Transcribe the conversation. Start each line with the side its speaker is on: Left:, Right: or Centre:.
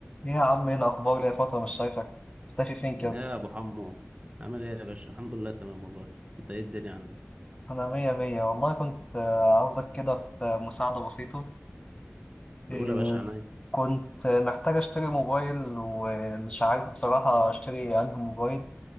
Left: ايه يا عم ايه الاخبار ليا فتره مش شايفك مختفي فين كده
Right: يا ابو حمو عامل ايه يا باشا الحمد لله تمام والله انت ايه الدنيا عندك
Left: انا مية مية والله كنت آه، عاوزك كده في مساعده بسيطه إيه،
Right: نقول يا باشا عينيا
Left: كنت محتاج اشتري موبايل ومش عارف بصراحه اشتري انهي موبايل